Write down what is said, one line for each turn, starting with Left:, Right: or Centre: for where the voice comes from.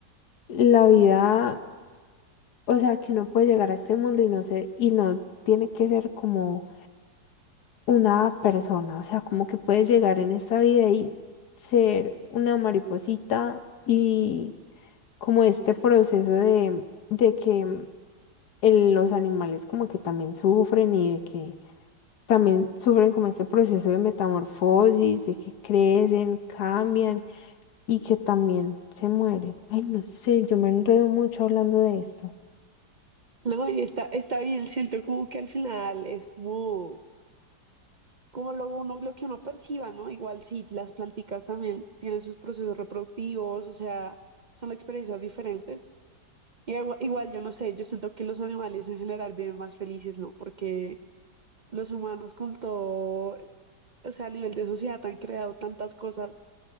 Left: la vida... O sea, que uno puede llegar a este mundo y no ser, y no tiene que ser como una persona. O sea, como que puedes llegar en esta vida y ser una mariposita y como este proceso de, de que el- los animales como que también sufren y de que también sufren como este proceso de metamorfosis, de que crecen, cambian y que también se mueren. Ay, no sé, yo me enredo mucho hablando de esto.
Right: No, y está, está bien, siento como que al final es como como lo, uno, lo que uno perciba, ¿no? Igual sí, las planticas también tienen sus procesos reproductivos, o sea, son experiencias diferentes. Y igua- igual, yo no sé, yo siento que los animales en general viven más felices, ¿no? Porque los humanos con todo, o sea, a nivel de sociedad han creado tantas cosas